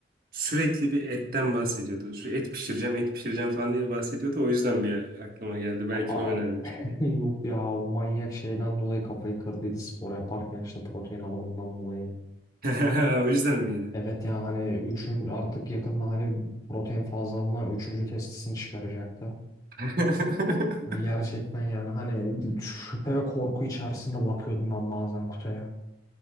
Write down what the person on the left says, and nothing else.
Abi
<laughs>
Yok ya bu manyak şeyden dolayı kafayı kırdıydı spor yaparken işte protein alımından dolayı.
Evet yani hani üçün artık yakında hani protein fazlalığına üçüncü testisini çıkaracaktı.
Hani gerçekten yani hani şüphe ve korku içerisinde bakıyordum ben bazen kutuya.